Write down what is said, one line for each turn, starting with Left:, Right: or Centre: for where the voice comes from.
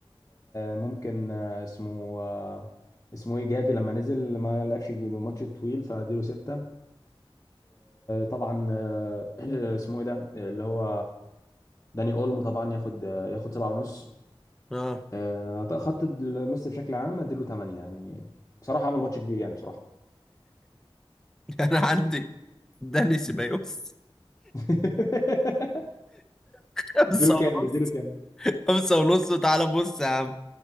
Left: ممكن آه، اسمه آه، اسمه ايه جافي لما نزل ما لعبش ماتش طويل فاديله 6 طبعا آه، <clears throat> اسمه ايه ده اللي هو داني اولمو طبعا ياخد آه، ياخد 7 ونص
Centre: اه
Left: آه، خط النص بشكل عام اديله 8 يعني بصراحه عمل ماتش كبير يعني بصراحه
Centre: <laughs> انا عندي داني سيبايوس
Left: <laughs>
Centre: <laughs> خمسة
Left: اديله
Centre: ونص
Left: كام ده اديله كام
Centre: خمسة ونص وتعالى بص يا عم